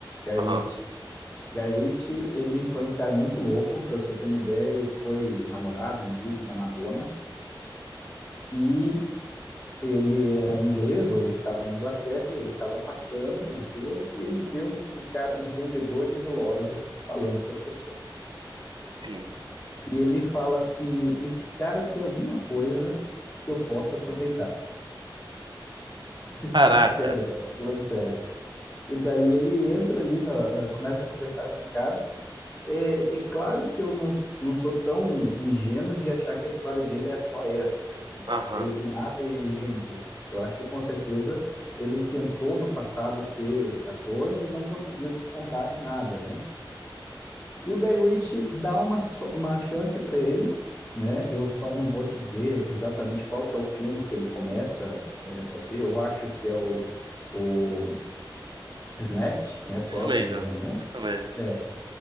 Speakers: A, on the left; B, on the right.
A: Guy
B: Aham.
A: Ritchie. Guy Ritchie, ele foi um cara muito louco, para você ter uma ideia, ele foi namorado, marido da Madonna e Ele é um inglês, ou ele estava na Inglaterra, e ele estava passando nas ruas e ele vê um, um cara, um vendedor de relógio falando com as pessoas.
B: Sim.
A: E ele fala assim: esse cara tem alguma coisa que eu posso aproveitar.
B: Caraca.
A: <laughs> sério, cara, tô falando sério. E daí ele entra ali, na, na- começa a conversar com o cara, É, é claro que eu não, não sou tão ingênuo de achar que a história dele é só essa. Ele
B: Aham.
A: veio do nada e, e vendia. Eu acho que com certeza ele tentou no passado ser ator, mas não conseguiu despontar em nada, né? E o Guy Ritchie dá uma, so, uma chance para ele, né? Eu só não vou te dizer exatamente qual que é o filme que ele começa é, a fazer. Eu acho que é o, o Snatch, né? Porcos
B: Isso mesmo.
A: e Diamantes.
B: Isso mesmo.
A: É,